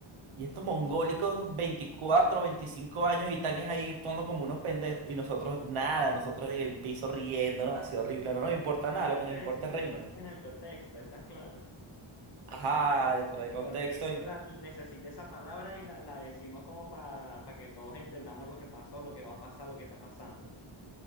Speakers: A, on the right; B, on the left.
A: Y estos mongólicos, 24, 25 años, y están es ahí actuando como unos pendejos. Y nosotros nada, nosotros en el piso riéndonos, así horrible.
B: Sí,
A: No nos importa
B: pero, pero
A: nada,
B: es
A: lo
B: porque
A: que nos
B: decimos
A: importa es
B: las
A: reírnos.
B: cosas en el contexto, ¿estás claro?
A: Ajá, dentro
B: El, el
A: del contexto.
B: contexto la, necesita esa palabra y la, la decimos como para que todos entendamos lo que pasó, lo que va a pasar, lo que está pasando.